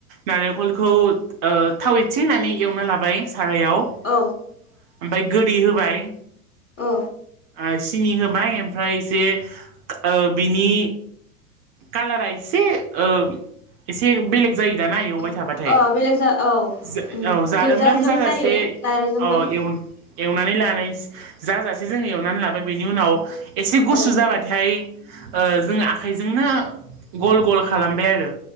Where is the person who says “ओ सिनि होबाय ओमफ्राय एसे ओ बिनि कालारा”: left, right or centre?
Right